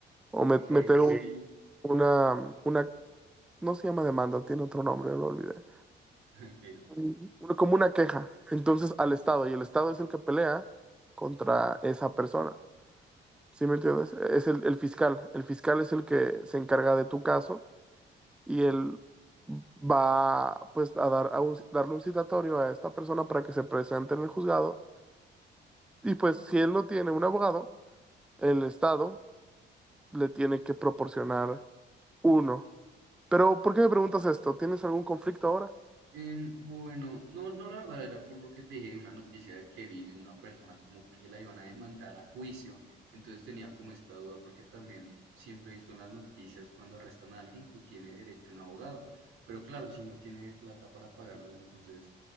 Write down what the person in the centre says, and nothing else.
O
me- meter Ok.
un- una, una, no se llama demanda, tiene otro nombre, lo olvidé.
Un- como una queja. Entonces al Estado, y el Estado es el que pelea contra esa persona. ¿Sí me entiendes? E, Es el, el fiscal. El fiscal es el que se encarga de tu caso y él va pues a dar a un- darle un citatorio a esta persona para que se presente en el juzgado. Y pues si él no tiene un abogado, el Estado le tiene que proporcionar uno. Pero, ¿por qué me preguntas esto? ¿Tienes algún conflicto ahora?